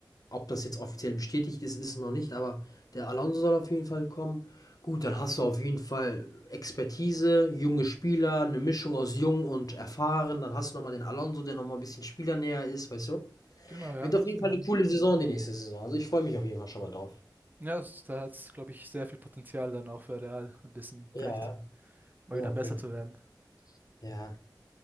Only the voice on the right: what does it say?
Genau, ja.
Das
kann.
Ja, das, da hat es, glaube ich, sehr viel Potenzial dann auch für Real, ein bisschen
vielleicht mal
wieder
besser
zu
werden.